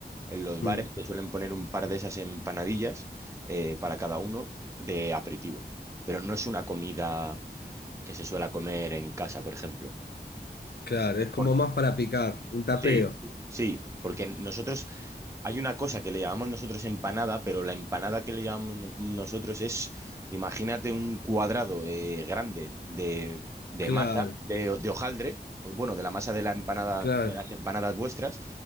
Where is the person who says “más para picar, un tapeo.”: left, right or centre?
Left